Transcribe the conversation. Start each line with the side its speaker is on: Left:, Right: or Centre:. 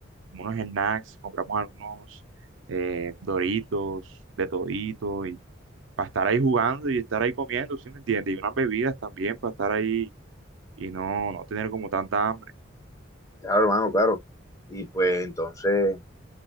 Right: como unos snacks, compramos algunos eh, Doritos, de todito para estar ahí jugando y estar ahí comiendo, ¿sí me entiendes? Y unas bebidas también para estar ahí y no, no tener como tanta hambre.
Left: Claro, hermano, claro. Y pues entonces,